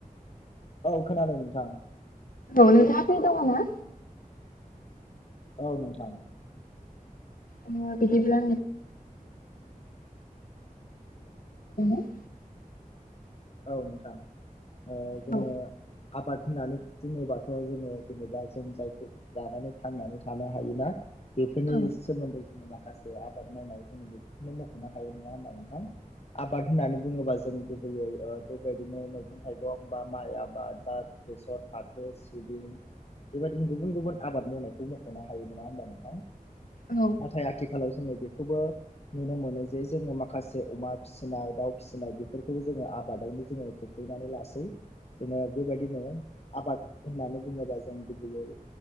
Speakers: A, on the left; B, on the left.
A: औ खोनादों नोंथां।
B: औ नोंथाङा फ्रि दङना?
A: औ नोंथां।
B: ओ बिदिब्ला <unintelligible>
A: औ नोंथां ओ जोङो
B: औ
A: आबाद होननानै बुङोबाथ' जोङो जेनेबा जों जायखौ जानानै थांनानै थानो हायोना बेफोरनि
B: औ
A: सोमोन्दै जोङो माखा माखासे आबाद मावनाय जोङो बेखौनो मख'नो हायो नङा होमबा नोंथां आबाद होननानै बुङोबा जों गुबैयै ओ बेबायदिनो मैगं थाइगं बा माइ आबाद बा बेसर, फाथो, सिबिं बेबायदिनो गुबुन गुबुन आबाद मावनायखौ मख'नो हायो नङा होमबा नोंथां
B: औ
A: नाथाय आथिखालाव जोङो बेखौबो नुनो मोनो जे जोङो माखासे अमा फिसिनाय, दाउ फिसिनाय बेफोरखौबो जोङो आब बादावनो जोङो खोख्लैनानै लासै। जोङो बेबायदिनो आबाद होननानै बुङोबा जों गुबैयै